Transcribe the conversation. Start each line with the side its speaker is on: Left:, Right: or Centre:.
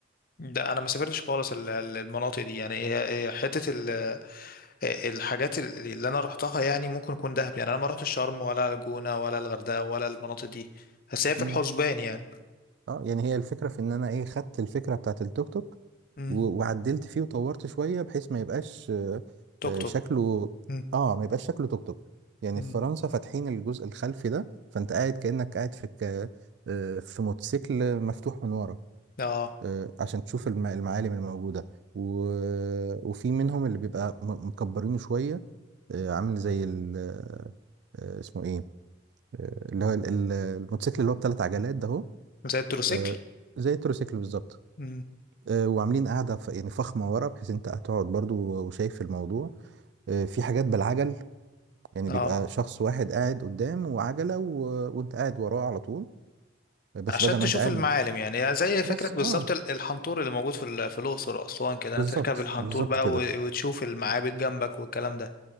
Left: ده انا ما سافرتش خالص ال- ال- المناطق دي يعني هي- هي حتة آه، الحاجات اللي اللي انا رحتها يعني ممكن يكون دهب يعني انا ما رحتش شرم ولا الجونة ولا الغردقة ولا المناطق دي بس هي في
Right: مم.
Left: الحسبان يعني
Right: اه يعني هي الفكرة في ان انا ايه خدت الفكرة بتاعت التوك توك
Left: امم
Right: و- وعدلت فيه وطورت شوية بحيث ما يبقاش آه،
Left: توك
Right: آه،
Left: توك
Right: شكله
Left: امم
Right: اه ما يبقاش شكله توك توك يعني
Left: أمم.
Right: في فرنسا فاتحين الجزء الخلفي ده فانت قاعد كأنك قاعد في ك... آه، في موتوسيكل مفتوح من ورا
Left: اه
Right: آه، عشان تشوف الم- المعالم الموجودة و... وفي منهم اللي بيبقى م- مكبرينه شوية آه، عامل زي ال... آه، آه، اسمه ايه آه، اللي هو ال- ال- الموتوسيكل اللي هو بثلاث عجلات ده اهو
Left: زي التروسيكل
Right: آه، زي التروسيكل بالظبط
Left: امم
Right: آه، وعاملين قاعدة ف- يعني فخمة ورا بحيث انت هتقعد برضو وشايف الموضوع آه، في حاجات بالعجل يعني
Left: اه
Right: بيبقى شخص واحد قاعد قدام وعجلة و... وانت قاعد وراه على طول بس
Left: عشان
Right: بدل ما
Left: تشوف
Right: انت قاعد
Left: المعالم يعني يعني زي
Right: بس
Left: فكرة بالظبط
Right: اه
Left: ال- الحنطور اللي موجود في ال- في الأقصر وأسوان كده
Right: بالظبط
Left: أنا تركب الحنطور
Right: بالظبط
Left: بقى
Right: كده
Left: و- وتشوف المعابد جنبك والكلام ده